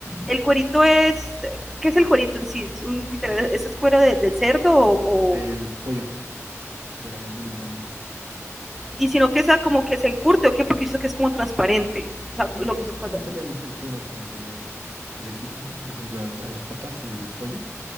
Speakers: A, in the centre; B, on the right (about 75°).
A: el cuerito es, ¿qué es el cuerito en sí? un, literal, ¿es, es cuero de, de cerdo o, o-
B: del pollo, de la gallina también.
A: y sino que sea como que se encurte o qué? Porque yo sé que es como transparente, o sea,
B: Sí,
A: lo,
B: es
A: lo
B: como
A: cuando,
B: tal el, el cuero que se le, que se le quita. Por ejemplo, al- a, las patas del pollo,